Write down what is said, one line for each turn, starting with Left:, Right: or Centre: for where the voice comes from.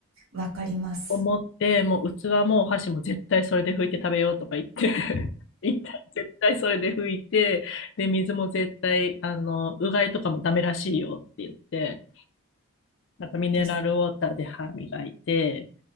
Right: わかります。
Left: を持って、もう器もお箸も絶対それで拭いて食べようとか言って、<laughs> 一旦絶対それで拭いて、で、水も絶対、あの、うがいとかもダメらしいよって言って、なんかミネラルウォーターで歯磨いて、
Right: です。